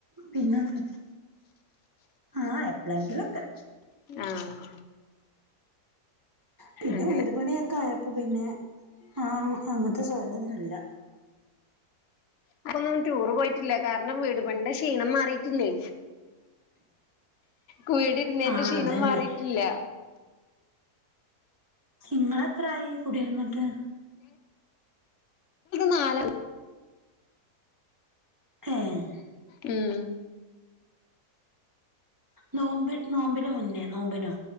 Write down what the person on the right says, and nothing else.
പിന്നെന്ത ആഹ് എപ്പളേങ്കിലുംഒക്കെ
പിന്നെ
വീട് പണിയൊക്കെ ആയപ്പോ പിന്നെ ആഹ് അങ്ങനത്തെ സ്വലൊന്നുംല്ല
ആഹ്
അതന്നെ
ഇങ്ങളെത്രായി കുടിയിരുന്നിട്ട്
ഏഹ്
നോമ്പ് നോമ്പിന് മുന്നേ നോമ്പിനോ